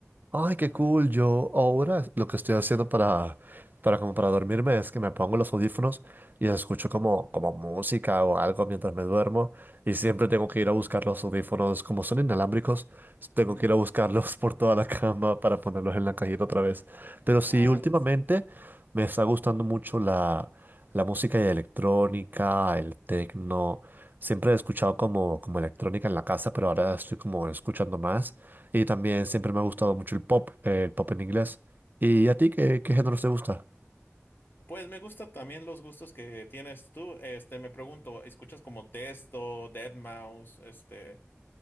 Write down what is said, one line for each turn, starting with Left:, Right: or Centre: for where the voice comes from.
Right: Ay, qué cool. Yo ahora lo que estoy haciendo para, para como para dormirme es que me pongo los audífonos y escucho como, como música o algo mientras me duermo. Y siempre tengo que ir a buscar los audífonos. Como son inalámbricos, tengo
Left: Ujú.
Right: que ir a buscarlos <laughs> por toda la cama para ponerlos en la cajita otra vez. Pero sí,
Left: Ah,
Right: últimamente
Left: ya sé.
Right: me está gustando mucho la, la música electrónica, el techno. Siempre he escuchado como, como electrónica en la casa, pero ahora estoy como escuchando más. Y también siempre me ha gustado mucho el pop, eh, el pop en inglés. ¿Y a ti qué, qué géneros te gusta?
Left: Pues me gustan también los gustos que tienes tú. Este, me pregunto, ¿escuchas como Testo, deadmau5, este,